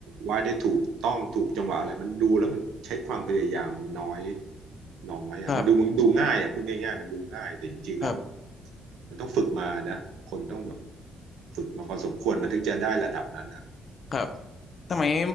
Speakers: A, on the right; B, on the left.
A: วาดได้ถูกต้องถูกจังหวะอะไรมันดูแล้วมันใช้ความพยายามน้อยน้อยอ่ะมันดูมันดูง่ายอ่ะพูดง่ายๆมันดูง่ายแต่จริงๆแล้ว
B: ครับครับ
A: มันต้องฝึกมานะคนต้องแบบฝึกมาพอสมควรมันถึงจะได้ระดับนั้นอ่ะ
B: ครับสมัย